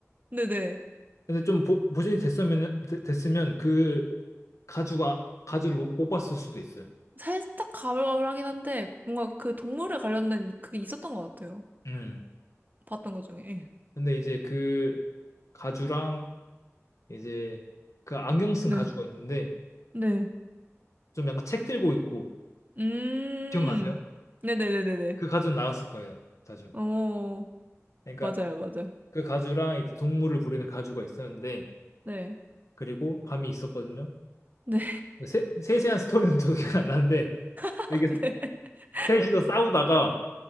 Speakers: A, on the right; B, on the left.
A: 네네.
B: 근데 좀 보, 보존이 됐으면 됐- 됐으면 그 가주가 가주를 못, 못 봤을 수도 있어요.
A: 살짝 가물가물하긴 한데, 뭔가 그 동물에 관련된 그게 있었던 것 같아요.
B: 음.
A: 봤던 것 중에. 예.
B: 근데 이제 그 가주랑 이제 그 안경 쓴
A: 네,
B: 가주가 있는데
A: 네.
B: 좀 약간 책 들고 있고
A: 음,
B: 기억나세요?
A: 네네네네네.
B: 그 가주 나갔을 거예요. 자주.
A: 어,
B: 그러니까
A: 맞아요, 맞아요.
B: 그 가주랑 이제 동물을 부리는 가주가 있었는데
A: 네,
B: 그리고 밤이 있었거든요.
A: 네,
B: 세, 세세한 스토리는 저도 <laughs> 기억 안 나는데
A: <laughs>
B: 이게 셋이서 싸우다가